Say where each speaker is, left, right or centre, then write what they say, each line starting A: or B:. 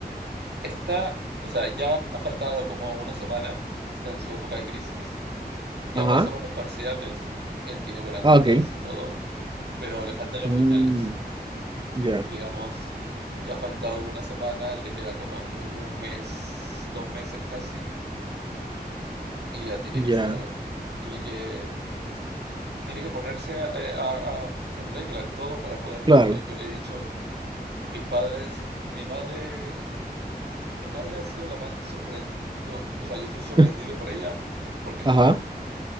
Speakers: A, on the right; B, on the right.
A: Está, o sea, ya ha faltado como una semana, está en su época de crisis, ya
B: Ajá.
A: pasaron los parciales, él tiene buenas
B: Ah,
A: notas
B: ok.
A: y todo, pero le faltan los
B: Mm,
A: finales.
B: ya,
A: Y digamos, ya ha faltado una semana, le queda como que un mes, dos meses casi, y ya tiene
B: ya.
A: que estar, tiene que tiene que ponerse a- a- a- en regla en todo para poder
B: Claro.
A: darle. Yo le he dicho, mis padres, mi madre, mi madre ha sido la más sorprendida, o sea, yo estoy sorprendido
B: <laughs>
A: por ella, porque es
B: Ajá.
A: como,